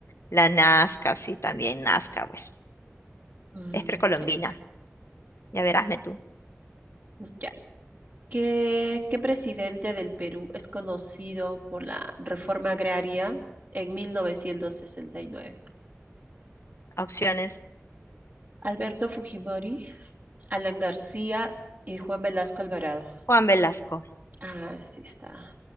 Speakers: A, on the left; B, on the right.
A: La Nazca, sí, también Nazca, pues,
B: Mm,
A: es precolombina,
B: ya,
A: ya verásme tú.
B: ya. ¿Qué, qué presidente del Perú es conocido por la reforma agraria en 1969?
A: Opciones,
B: Alberto Fujimori, Alan García y Juan Velasco Alvarado.
A: Juan Velasco,
B: Ah, sí está.